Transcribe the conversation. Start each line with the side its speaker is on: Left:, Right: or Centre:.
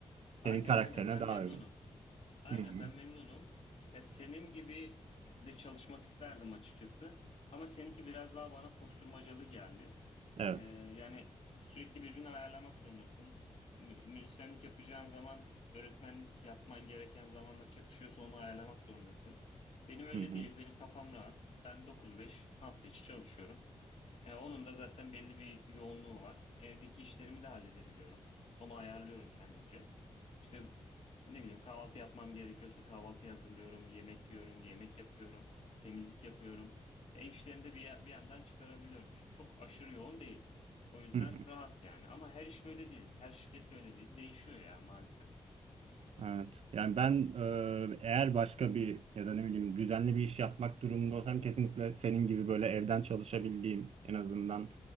Left: Aynen
Right: Senin karakterine
Left: aynen ben
Right: daha
Left: memnunum.
Right: uygun.
Left: Aynen
Right: Hı hı.
Left: ben memnunum. Ya senin gibi de çalışmak isterdim açıkçası. Ama seninki biraz daha bana koşturmacalı geldi.
Right: Evet.
Left: Ee, yani sürekli birbirini ayarlamak zorundasın. Mü- müzisyenlik yapacağın zaman öğretmenlik yapman gereken zamanla çakışıyorsa onu ayarlamak zorundasın. Benim öyle
Right: Hı hı.
Left: değil. Benim kafam rahat. Ben 9-5 hafta içi çalışıyorum. E, onun da zaten belli bir yoğunluğu var. Evdeki işlerimi de halledebiliyorum. Onu ayarlıyorum kendimce. İşte ne bileyim kahvaltı yapmam gerekiyorsa kahvaltı hazırlıyorum, yemek yiyorum, yemek yapıyorum, temizlik yapıyorum. Ev işlerini de bir, ya- bir yandan çıkarabiliyorum. Çünkü çok aşırı yoğun değil. O yüzden
Right: Hı hı,
Left: rahat yani. Ama her iş böyle değil. Her şirket böyle değil. Değişiyor ya maalesef.
Right: Evet. Yani ben e, eğer başka bir ya da ne bileyim düzenli bir iş yapmak durumunda olsam kesinlikle senin gibi böyle evden çalışabildiğim en azından